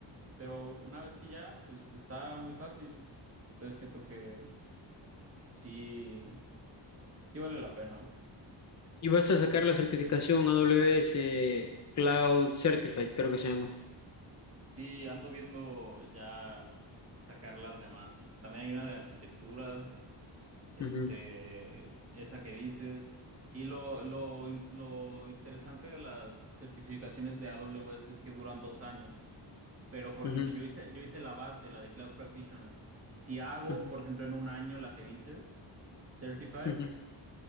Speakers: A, on the right; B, on the left.
A: pero una vez que ya, pues está muy fácil. Entonces siento que Sí, sí vale la pena.
B: Y vas a sacar la certificación AWS Cloud Certified, creo que se llama.
A: Sí, ando viendo ya sacar las demás. También hay una de arquitectura, este,
B: Ujú,
A: esa que dices. Y lo, lo, in- lo interesante de las certificaciones de AWS es que duran dos años. Pero, por
B: ujú,
A: ejemplo, yo hice, yo hice la base, la de Cloud Practitioner. Si hago,
B: ujú,
A: por ejemplo, en un año la que dices, Certified,
B: ujú.